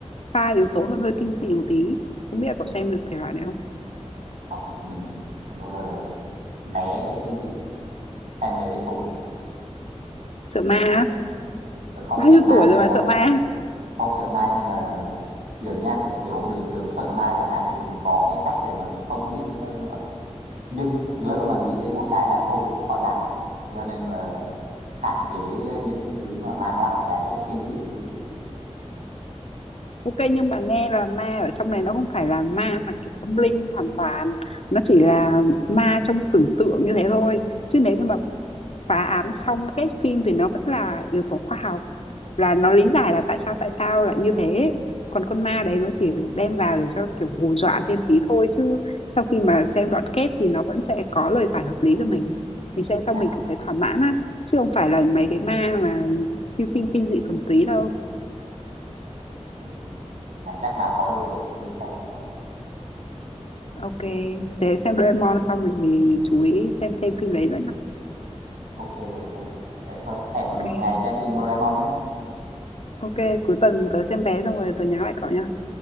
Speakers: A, on the left; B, on the right.
A: pha yếu tố hơi hơi kinh dị một tí không biết là cậu xem được thể loại đấy không
B: không, mình mình nói chung là né kinh dị xem về đêm không ngủ được.
A: sợ ma á?
B: ừ, không
A: bao
B: sợ
A: nhiêu
B: ma
A: tuổi
B: nhưng
A: rồi mà
B: mà
A: sợ ma
B: không sợ ma nhưng mà kiểu nha kiểu bình thường sợ ma chẳng hạn thì mình có cái cách để mà mình không nghĩ đến nơi nữa nhưng lỡ mà nghĩ đến một cái là thôi khỏi bàn cho nên là hạn chế những thứ mà mang lại cái kinh dị đến với mình
A: ok nhưng mà nghe là ma ở trong này nó không phải là ma mà kiểu tâm linh hoàn toàn nó chỉ là ma trong tưởng tượng như thế thôi chứ nếu như mà phá án xong cái phim thì nó vẫn là yếu tố khoa học là nó lý giải là tại sao tại sao lại như thế còn con ma đấy nó chỉ là đem vào để cho kiểu hù dọa thêm tí thôi chứ sau khi mà xem đoạn kết thì nó vẫn sẽ có lời giải hợp lý cho mình mình xem xong
B: à
A: mình cảm thấy thỏa mãn á chứ không phải là mấy cái ma mà như phim kinh dị thuần túy đâu
B: thì này chắc là có điều kiện để đi xem thôi
A: ok thế xem Doraemon xong mình thì chú ý xem thêm phim đấy nữa nhá
B: ok ok vậy thôi hẹn
A: ok
B: ngày xem phim Doraemon nhé
A: ok cuối tuần tớ xem vé xong rồi tớ nhắn lại cậu nhá